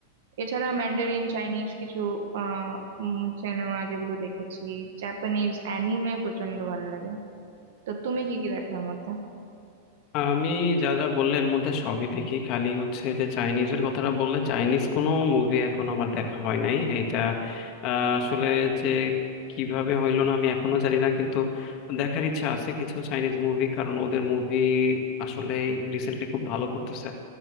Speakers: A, on the right; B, on the left.
A: এছাড়া ম্যান্ডারিন চাইনিজ কিছু আহ সিনেমা যেগুলো দেখেছি জাপানিজ অ্যানিমে প্রচন্ড ভালো লাগে তো তুমি কি কি দেখো এর মধ্যে
B: আমি যা যা বললে এর মধ্যে সবই দেখি খালি হচ্ছে যে চাইনিজের কথাটা বললে চাইনিজ কোনো মুভি এখন আমার দেখা হয় নাই এটা আহ, আসলে যে কিভাবে হইলো না আমি এখনো জানি না কিন্তু দেখার ইচ্ছা আছে কিছু চাইনিজ মুভি কারণ ওদের মুভি আসলে রিসেন্টলি খুব ভালো করতেছে